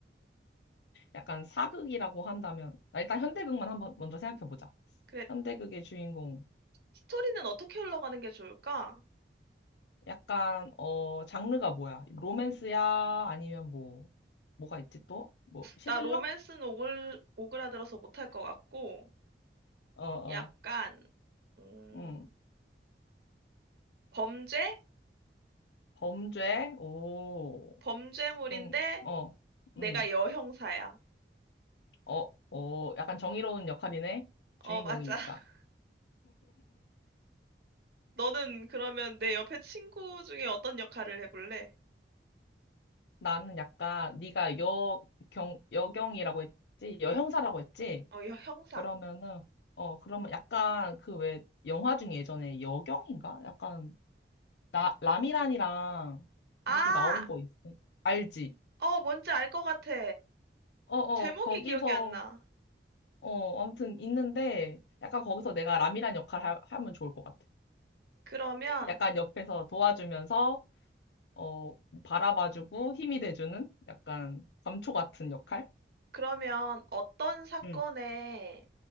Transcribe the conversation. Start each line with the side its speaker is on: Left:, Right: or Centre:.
Left: 약간 사극이라고 한다면 아, 일단 현대극만 한번 먼저 생각해 보자.
Right: 그래,
Left: 현대극의 주인공
Right: 스토리는 어떻게 흘러가는 게 좋을까?
Left: 약간 어 장르가 뭐야? 로맨스야? 아니면 뭐 뭐가 있지 또? 뭐 스릴러?
Right: 나 로맨스는 오글, 오그라들어서 못할 것 같고,
Left: 어 어.
Right: 약간, 음,
Left: 음.
Right: 범죄?
Left: 범죄? 오.
Right: 범죄물인데
Left: 그럼 어.
Right: 내가
Left: 음.
Right: 여형사야.
Left: 어, 어 약간 정의로운 역할이네. 주인공이니까.
Right: 어, 맞아. <laughs> 너는 그러면 내 옆에 친구 중에 어떤 역할을 해볼래?
Left: 나는 약간 네가 여경 여경이라고 했지? 여형사라고 했지?
Right: 어, 여- 형사.
Left: 그러면은 어 그러면 약간 그 왜 영화 중에 예전에 여경인가? 약간 나 라미란이랑
Right: 아!
Left: 누구 나온 거 있, 알지?
Right: 어, 뭔지 알 것 같아.
Left: 어 어
Right: 제목이
Left: 거기서
Right: 기억이 안 나.
Left: 어 아무튼 있는데 약간 거기서 내가 라미란 역할 하, 하면 좋을 것 같아.
Right: 그러면,
Left: 약간 옆에서 도와주면서 어 바라봐주고 힘이 돼주는 약간 감초 같은 역할?
Right: 그러면 어떤 사건에
Left: 응,